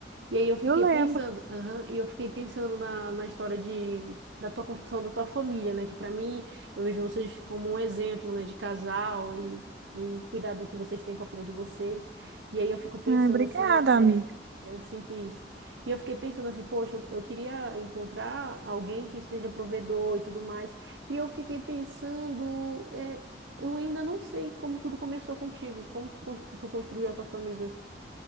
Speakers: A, on the right (about 75°); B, on the right (about 60°).
A: E aí eu fiquei
B: Eu lembro.
A: pensando, aham, e eu fiquei pensando na, na história de, da tua construção da tua família, né? Que para mim, eu vejo vocês como um exemplo, né, de casal e, e cuidado que vocês têm com a filha de vocês. E aí eu fico pensando
B: Ah, obrigada,
A: assim, é,
B: amiga.
A: eu sinto isso. E eu fiquei pensando assim, poxa, eu, eu queria encontrar alguém que seja provedor e tudo mais. E eu fiquei pensando, é, eu ainda não sei como tudo começou contigo, como que cons- tu construiu a tua família.